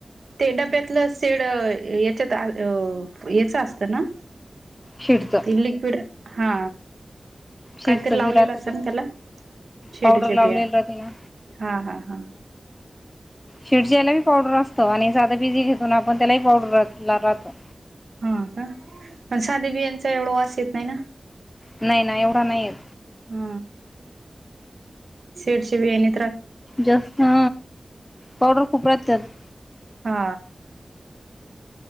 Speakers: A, on the right; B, on the left.
A: ते डब्यातलं शेड याच्यात अ याच असत ना
B: शिडचं
A: ते लिक्विड हा काहीतरी
B: शिडचं
A: लावलेलं
B: बी राहत
A: असं
B: ते
A: ना त्याला शेडीच्या
B: पावडर लावलेली
A: बिया
B: राहते ना
A: हा हा हा
B: शिडच्यायलली पावडर असतो आणि साध बिझयी घेतो ना आपण त्यालाही पावडर राहतो
A: हा का पण साधे बियाचा एवढं वास येत नाही ना
B: नाही ना एवढा नाही आहेत
A: ह शेडचे बीयाने
B: जास्त ह पावडर खूप राहते त्यात
A: हा